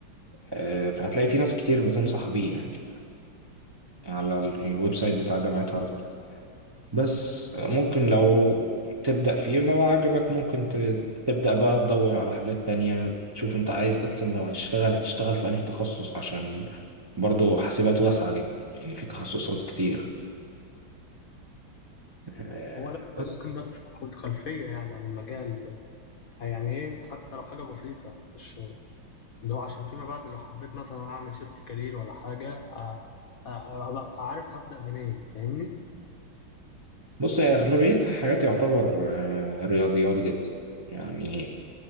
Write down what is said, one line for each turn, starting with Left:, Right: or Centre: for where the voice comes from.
Right: آه، فهتلاقي في ناس كتير بتنصح بيه يعني على الويب سايت بتاع جامعة هارفارد بس آه، ممكن لو تبدأ فيه لو عجبك ممكن ت- تبدأ بقى تدور على حاجات تانية تشوف انت عايز اصلا لو هتشتغل هتشتغل في انهي تخصص عشان برضه حاسبات واسعة جدا يعني في تخصصات كتير آه،
Left: هو لا
Right: بس
Left: انا ممكن بس اخد خلفيه يعني عن المجال يعني ايه حتى لو حاجه بسيطه مش اللي هو عشان فيما بعد لو حبيت مثلا اعمل شيفت كارير ولا حاجه أ- أ- أبقى عارف هبدا منين فاهمني
Right: بص هي أغلبيتها حاجات يعتبر آه، رياضيات جدا يعني